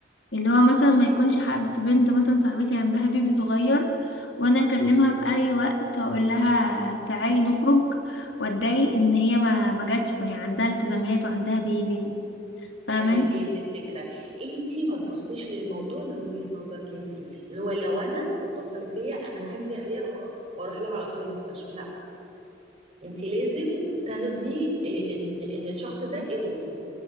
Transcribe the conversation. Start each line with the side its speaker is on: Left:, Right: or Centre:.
Left: اللي هو مثلا ما يكونش حد بنت مثلا صاحبتي عندها بيبي صغير وانا اكلمها في اي وقت واقول لها تعالي نخرج واتضايق ان هي ما ما جاتش ما هي عندها التزامات وعندها بيبي فاهماني
Right: ايوه هي دي الفكره انت ما تبصيش للموضوع من وجهه نظرك انت اللي هو لو انا واتصلت بيا انا هجري عليها واروح لها على طول المستشفى لا انت لازم تاخدي إيه، ان ان الشخص ده ايه ظروفه